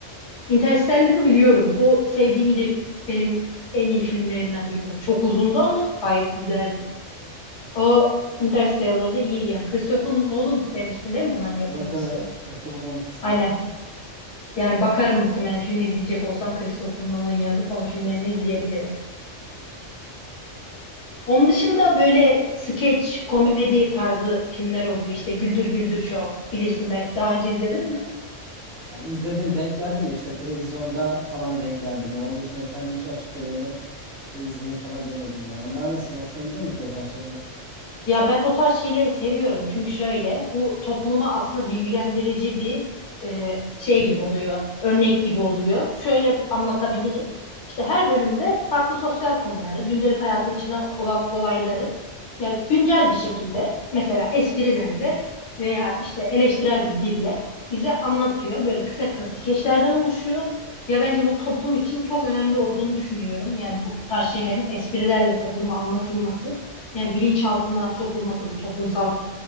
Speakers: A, on the left; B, on the right.
A: Interstellar'ı biliyorum. Bu sevdiğimi de benim en iyi filmlerimden biridir. Çok uzundu ama gayet güzeldi. O Interstellar'da iyi yani. Christopher Nolan demiştin değil mi bunların yapımcısı?
B: Evet evet. Christopher'ın 12'si
A: Aynen.
B: de.
A: Yani bakarım muhtemelen film izleyecek olsam Christopher Nolan yazıp onun filmlerini izleyebilirim. Onun dışında böyle skeç, komedi tarzı filmler oluyor. İşte Güldür Güldür Show. Bilirsin belki daha önce izledin mi?
B: Yani izledim denk geldim de işte televizyonda falan denk geldim. Ya onun dışında kendim hiç açıkta böyle işte izleyin falan demedim ya. Onlar nasıl? Hoşuna gidiyor mu ki o tarz şeyler?
A: Ya ben o tarz şeyleri seviyorum çünkü şöyle bu topluma aslında bilgilendirici bir e, şey gibi oluyor, örnek gibi oluyor. Şöyle anlatabilirim. İşte her bölümde farklı sosyal konuları, gündelik hayatın içinden olan olayları ya güncel bir şekilde mesela esprilerle veya işte eleştirel bir dille bize anlatıyor. Böyle kısa kısa skeçlerden oluşuyor. Ya bence bu toplum için çok önemli olduğunu düşünüyorum. Yani bu tarz şeylerin esprilerle topluma anlatılması. Yani bilinçaltına sokulması bu toplumsal